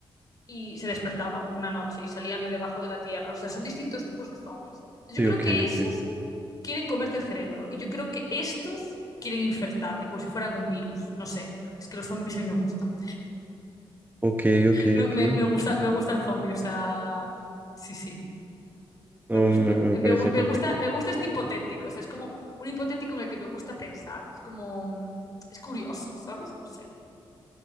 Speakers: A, on the left; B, on the right.
A: y se despertaban una noche y salían de debajo de la tierra, o sea, son distintos tipos de zombies. Yo
B: Sí,
A: creo
B: ok,
A: que esos
B: ok.
A: quieren comerte el cerebro. Y yo creo que estos quieren infectarte, como si fueran un virus. No sé, es que los zombies a mí me gustan.
B: Ok, ok,
A: Me,
B: ok.
A: me- me gusta, me gusta el zombie, o sea, sí, sí,
B: No,
A: me gusta.
B: me, me
A: Me,
B: parece
A: gu- me
B: perfecto.
A: gusta, me gusta este hipotético, o sea, es como un hipotético en el que me gusta pensar. Es como, mm, es curioso, ¿sabes? No sé.